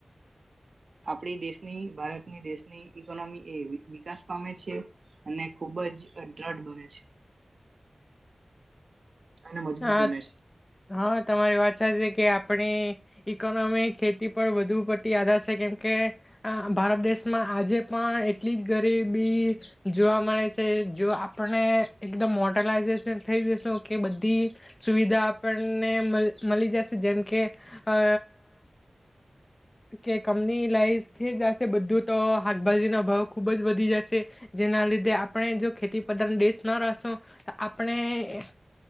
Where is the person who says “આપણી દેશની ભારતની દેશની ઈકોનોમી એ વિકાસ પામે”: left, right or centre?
Right